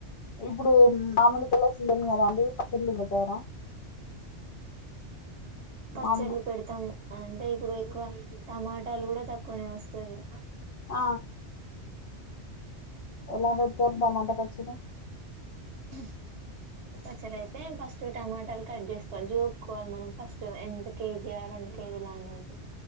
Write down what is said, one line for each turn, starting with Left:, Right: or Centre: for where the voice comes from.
Left: ఇప్పుడు మామిడి పల్ల సీజన్ కదా అండి, పచల్లు పెట్టారా?
Right: పచ్చళ్ళు
Left: మామ
Right: పెడతాము, అంటే ఇప్పుడు ఎక్కువ టమాటాలు కూడా తక్కువనే వస్తది.
Left: ఆ ఎలా పెడితారు టమాట పచ్చడి?
Right: ఉహ్ టమాటా పచ్చడయితే ఫస్ట్ టమాటాలు కట్ చేసుకోవాలి, జూక్కోవాలె మనం ఫస్ట్, ఎంత కేజీ రెండు కేజీలు అనేది